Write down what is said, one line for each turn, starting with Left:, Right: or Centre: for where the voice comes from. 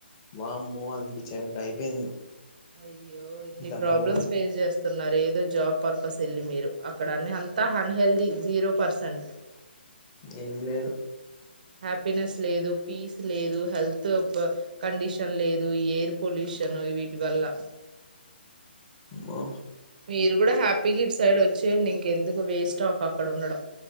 Left: వామ్మో అనిపించేటటు అయిపోయింది
Right: అయ్యో ఇన్ని
Left: దమ్మగూడలో
Right: ప్రాబ్లమ్స్ ఫేస్ చేస్తున్నారు ఏదో జాబ్ పర్ప పస్ ఎల్లి మీరు అక్కడ అన్న అంతా అన్హెల్దీ జీరో పర్సెంట్
Left: ఏం లేదు
Right: హ్యాపీనెస్ లేదు పీస్ లేదు హెల్త్ కండిషన్ లేదు ఎయిర్ పొల్యూష నోయి వీటి వాళ్ళ
Left: మ
Right: మీరు కూడా హ్యాపీగా ఇటు సైడ్ వచ్చేయండి ఇంకెందుకు వేస్ట్ ఆఫ్ అక్కడ ఉండడం